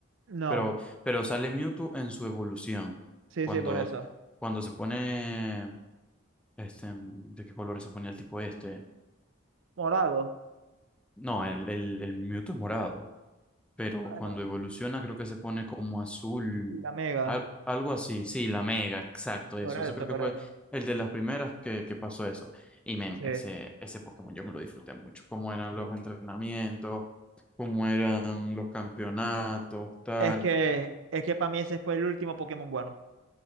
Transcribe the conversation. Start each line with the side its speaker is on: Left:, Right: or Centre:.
Right: No,
Centre: Pero, pero sale Mewtwo en su evolución.
Right: sí,
Centre: Cuando,
Right: sí, por eso.
Centre: cuando se pone, este, ¿de qué color se pone el tipo este?
Right: Morado.
Centre: No, el, el, el Mewtwo es morado. pero
Right: Bueno,
Centre: cuando evoluciona creo que se pone como azul,
Right: la Mega.
Centre: al- algo así, sí, la mega, exacto, eso,
Right: Por eso,
Centre: eso creo que
Right: por
Centre: fue
Right: eso.
Centre: el de las primeras que, que pasó eso. Y men,
Right: Sí,
Centre: ese, ese Pokémon yo me lo disfruté mucho, cómo eran
Right: sí.
Centre: los entrenamientos, cómo eran los campeonatos, tal.
Right: Es que, es que para mí ese fue el último Pokémon bueno.